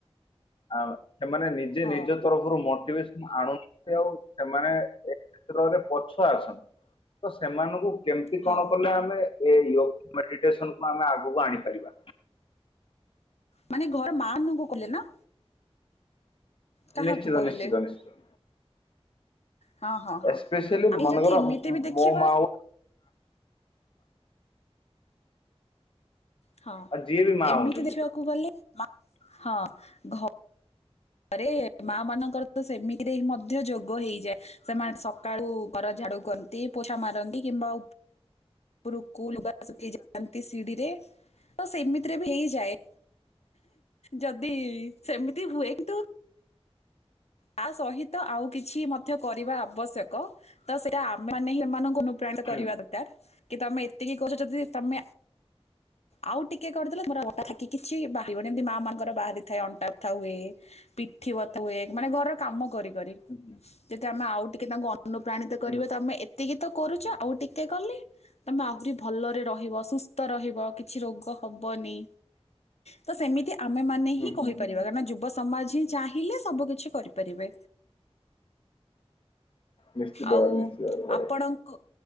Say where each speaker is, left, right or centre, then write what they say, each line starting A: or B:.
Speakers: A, on the left; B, on the left.
A: ଆଉ ସେମାନେ ଯେ
B: ହଁ
A: ନିଜ ତରଫରୁ ମୋଟିଭେସ ଆଣନ୍ତି ଆଉ ସେମାନେ ଏ କ୍ଷେତ୍ରରେ ପଛୁଆ ଅଛନ୍ତି ତ ସେମାନଙ୍କୁ କେମିତି
B: ହଁ।
A: କଣ କଲେ ଆମେ ଏ ଯୋଗ ମେଡିଟେସନ କୁ ଆମେ ଆଗକୁ ଆଣିପାରିବା?
B: ମାନେ ଘର ମାନଙ୍କୁ କହିଲେ ନା? କାହାକୁ
A: ନିଶ୍ଚିତ
B: କହିଲେ
A: ନିଶ୍ଚିତ ନିଶ୍ଚିତ।
B: ହଁ ହଁ ହଁ।
A: ଏସ୍ପେସିଆଲି
B: ଆମେ
A: ମନେକର
B: ଯଦି ଏମିତି ବି ଦେଖିବା
A: ମୋ ମା ଆଉ
B: ହଁ
A: ଆଉ ଯିଏ ବି ମା
B: ଏମିତି
A: ହୁଅନ୍ତୁ କିଶୋର।
B: ଦେଖିବାକୁ ଗଲେ ହଁ ହଁ ଘ ରେ ମା ମାନଙ୍କର ତ ସେମିତିରେ ହିଁ ମଧ୍ୟ ଯୋଗ ହେଇଯାଏ ସେମାନେ ସକାଳୁ ଘର ଝାଡୁ କରନ୍ତି ପୋଛା ମାରନ୍ତି କିମ୍ବା ଉପୁରୁକୁ ଲୁଗା ଶୁଖେଇ ଯାଆନ୍ତି ସିଡିିରେ ତ ସେମିତିରେ ବି ହେଇଯାଏ। ଯଦି ସେମିତି ହୁଏ କିନ୍ତୁ ତା ସହିତ ଆଉ କିଛି ମଧ୍ୟ କରିବା ଆବଶ୍ୟକ ତ ସେଇଟା ଆମେ ମାନେ ହିଁ ସେମାନଙ୍କୁ
A: ହୁଁ,
B: କରିବା ଦରକାର କି ତମେ ଏତିକି କରୁଛ ଯଦି ତମେ ଆଉ ଟିକେ କରିଦେଲେ ମୋର କିଛି ବଥା ବାହାରିବନ ଏମିତି ମାଆଙ୍କର ବାହାରି ଥାଏ ଅଣ୍ଟା ବଥା ହୁଏ। ପିଠି ବଥ ହୁଏ ମାନେ ଘରର କାମ କରି କରି।
A: ହୁଁ, ହୁଁ,
B: ଯଦି ଆମେ ଆଉ ଟିକେ ତାଙ୍କୁ ଅନୁପ୍ରାଣିତ କରିବା
A: ହୁଁ, ହୁଁ,
B: ତ ଆମେ ଏ ଏତିକି ତ କରୁଛ ଆଉ ଟିକେ କଲେ ତମେ ଆହୁରି ଭଲରେ ରହିବ ସୁସ୍ଥ ରହିବ। କିଛି ରୋଗ ହବନି ତ ସେମିତି ଆମେମାନେ
A: ହୁଁ,
B: ହିଁ
A: ହୁଁ,
B: କହିପାରିବା
A: ହୁଁ।
B: କାରଣ ଯୁ ଯୁବ ସମାଜ ହି ଚାହିଁଲେ ସବୁ କିଛି କରିପାରିବେ।
A: ନିଶ୍ଚିତ
B: ଆଉ
A: ଭାବରେ, ନିଶ୍ଚିତ ଭାବରେ ବଢିଆ।
B: ଆପଣଙ୍କ